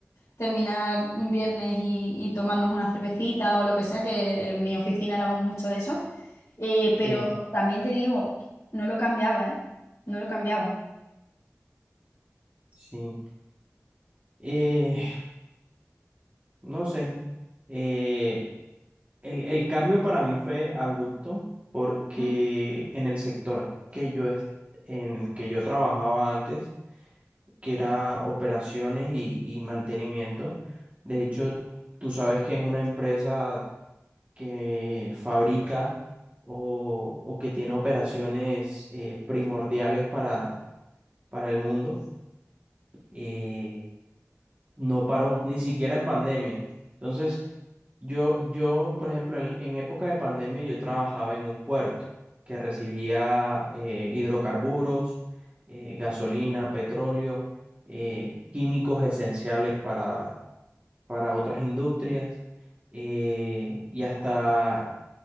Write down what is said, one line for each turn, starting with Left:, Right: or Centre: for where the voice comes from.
Left: terminar un viernes y, y tomarnos una cervecita o lo que sea, que en mi oficina éramos mucho de eso. Eh, pero
Right: Sí,
Left: también te digo, no lo cambiaba, ¿eh? No lo cambiaba.
Right: sí. Eh, no sé. Eh, el, el cambio para mí fue abrupto porque
Left: Mm,
Right: en el sector que yo, es en el que yo trabajaba antes, que era operaciones y, y mantenimiento. De hecho, tú sabes que en una empresa que fabrica o, o que tiene operaciones eh, primordiales para, para el mundo, eh, no paró, ni siquiera en pandemia. Entonces, yo, yo, por ejemplo, en, en época de pandemia yo trabajaba en un puerto que recibía eh, hidrocarburos, eh, gasolina, petróleo, eh, químicos esenciales para, para otras industrias eh, y hasta,